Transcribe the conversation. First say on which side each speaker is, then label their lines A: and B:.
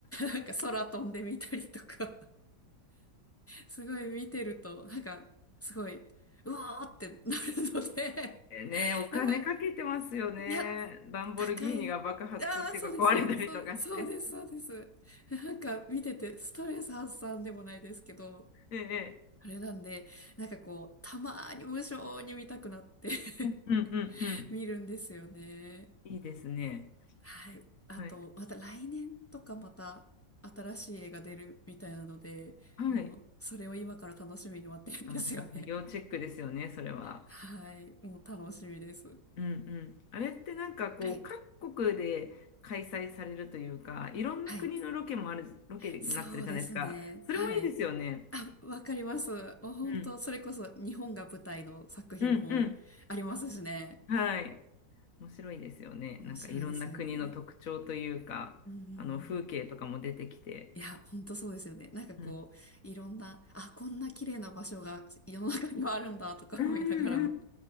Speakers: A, on the left (about 15°); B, on the left (about 55°).
A: なんか空飛んでみたりとか、すごい見てると、なんかすごい、うわーってなるので、
B: ね、お金かけてますよね。
A: なんかいや、
B: ランボルギーニが爆発っていうか壊れたりとかして。
A: 高い、ああ、そうです、そうです、そうです、そうです、そうです。なんか見ててストレス発散でもないですけど、
B: ええ。
A: あれなんで、なんかこう、たまーに無性に見たくなって
B: うんうんうん。
A: <laughs> 見るんですよね。
B: いいですね。
A: はい。あと、
B: はい。
A: また来年とかまた新しい映画出るみたいなので、
B: はい。
A: もう、それを今から楽しみに待ってるんですよね。
B: あー、要チェックですよね、それは。
A: はい。もう楽しみです。
B: うんうん。あれってなんかこう、
A: はい。
B: 各国で開催されるというか、いろんな国のロケもある、
A: はい。
B: ロケになってるじゃないですか。
A: そうですね。
B: それもいいですよね。
A: はい。あ、わかります。もう本当、
B: うん。
A: それこそ日本が舞台の作品もありますしね。
B: うんうん。はい。面白いですよね。
A: 面白いですよね。
B: なんかいろんな国の特徴というか、
A: うんうん
B: あの風景とかも出てきて。
A: うん。いや、本当そうですよね。なんかこう、
B: うん。
A: いろんな、あ、こんな綺麗な場所が世の中にはあるんだとか思いながらも。
B: うんうん。